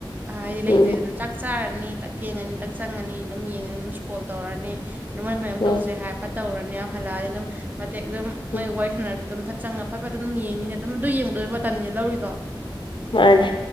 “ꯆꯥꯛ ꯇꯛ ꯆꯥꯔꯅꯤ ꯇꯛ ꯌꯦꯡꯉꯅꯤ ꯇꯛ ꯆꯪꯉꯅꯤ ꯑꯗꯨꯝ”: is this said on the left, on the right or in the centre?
Right